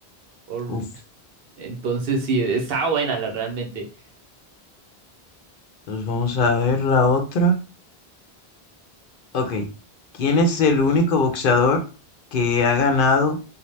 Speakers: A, on the right; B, on the left.
A: O,
B: Uf,
A: Entonces, sí, está buena la realmente.
B: entonces vamos a ver la otra. Ok, ¿quién es el único boxeador que ha ganado